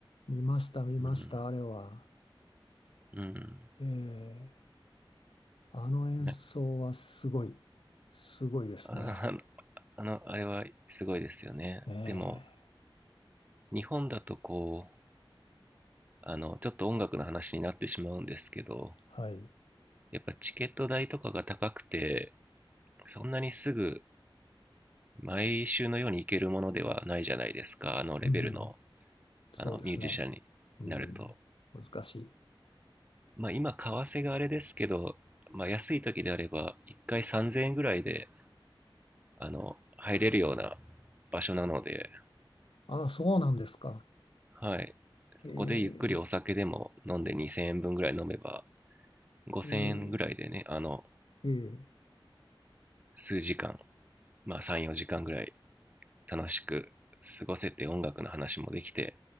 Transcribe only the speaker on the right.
うん、
うん。
なんか
あの、あの、あれはすごいですよね。
でも、日本だとこう、あのちょっと音楽の話になってしまうんですけど
やっぱチケット代とかが高くてそんなにすぐ毎週のように行けるものではないじゃないですかあのレベルの
あのミュージシャンになると
まあ今為替があれですけど、まあ、安い時であれば1回3000円ぐらいであの入れるような場所なので、
はい、そこでゆっくりお酒でも飲んで2000円分ぐらい飲めば
5000円ぐらいでねあの
数時間まあ34時間ぐらい楽しく過ごせて音楽の話もできて、